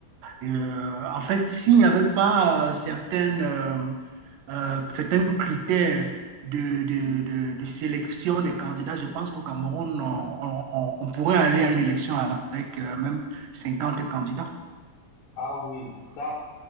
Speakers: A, on the right (about 75°); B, on the left (about 75°).
A: euh, en fait, s'il n'y avait pas euh, certaines, euh, euh, certains critères de, de, de- de sélection des candidats, je pense qu'au Cameroun, on, on- on- on pourrait aller à une élection avec euh, même 50 candidats.
B: Ah oui, ça.